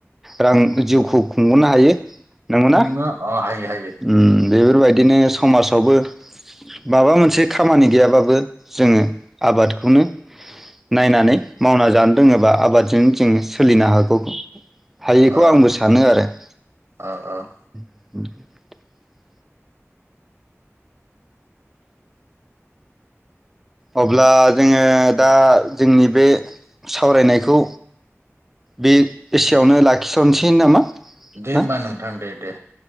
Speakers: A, in the centre; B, on the right.
A: रां जिउखौ सोंहरनो हायो। नंगौना
B: खुंनो अ हायो हायो।
A: उम बेफोरबायदिनो समाजावबो माबा मोनसे खामानि गैयाबाबो जोंङो आबादखौनो नायनानै मावना जानो रोङोबा आबादजों जोंङो सोलिनो हागौ हायोखौ
B: अ
A: आंबो सानो आरो ।
B: अ अ ।
A: <inaudible> अब्ला जोंङो दा जोंनि बे सावरायनायखौ बे एसेवनो लाखिथ'नोसै नामा?
B: दे होमबा
A: ना
B: नोंथां दे दे।